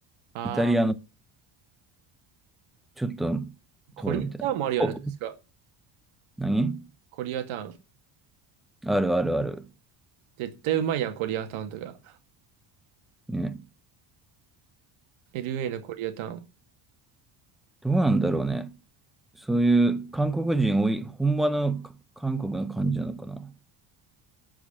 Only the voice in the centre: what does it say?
イタリアのちょっと
通りみたいな。お、
何
あるあるある。
ね。
どうなんだろうね。そういう韓国人多い、本場のか韓国の感じなのかな。